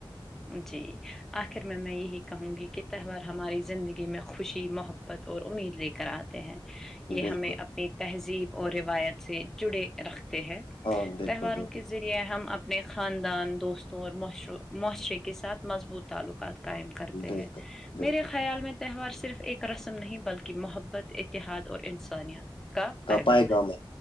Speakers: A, in the centre; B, on the left.
A: جی آخر میں میں یہی کہوں گی کہ تہوار ہماری زندگی میں خوشی محبت ت اور امید لے کر آتے ہیں یہ
B: بالکل
A: ہمیں اپنی تہذیب اور روایت سے جڑے رکھتے ہیں
B: ہاں بالکل
A: تہواروں
B: بالکل
A: کے ریے یہ ہم اپنے خاندان دوستوں اور معاشرے کے ساتھ مضبوط تعلقات قائم کرتے ہیں
B: بالکل بالکل
A: میرے خیال میں تہوار صرف ایک رسم نہیں بلکہ محبت اتحاد اور انسانیت کا پیغام
B: پائے گام
A: ہے